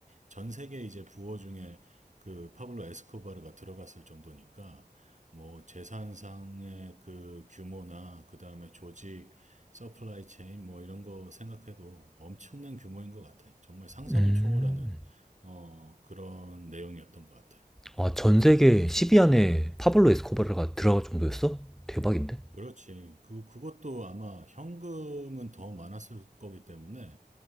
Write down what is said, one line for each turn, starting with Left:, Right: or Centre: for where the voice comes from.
Right: 전 세계 이제 부호 중에 그 파블로 에스코바르가 들어갔을 정도니까 뭐 재산상의 그 규모나 그다음에 조직 서플라이 체인 뭐 이런 거 생각해도 엄청난 규모인 것 같아. 정말 상상을
Centre: 음,
Right: 초월하는 어, 그런 내용이었던 것 같아.
Centre: 아, 전 세계 10위 안에 파블로 에스코바르가 들어갈 정도였어? 대박인데?
Right: 그렇지. 그, 그것도 아마 현금은 더 많았을 거기 때문에